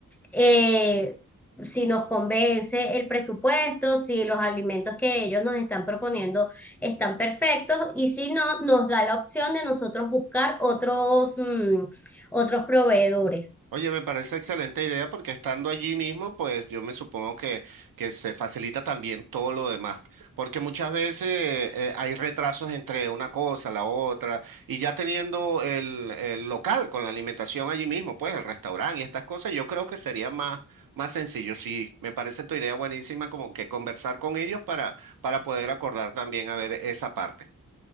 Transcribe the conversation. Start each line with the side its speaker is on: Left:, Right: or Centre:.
Centre: eh, si nos convence el presupuesto, si los alimentos que ellos nos están proponiendo están perfectos y si no, nos da la opción de nosotros buscar otros, mm, otros proveedores.
Right: Oye, me parece excelente idea porque estando allí mismo, pues yo me supongo que, que se facilita también todo lo demás, porque muchas veces eh, hay retrasos entre una cosa, la otra, y ya teniendo el, el local con la alimentación allí mismo, pues el restaurante y estas cosas, yo creo que sería más, más sencillo. Sí, me parece tu idea buenísima como que conversar con ellos para, para poder acordar también a ver esa parte.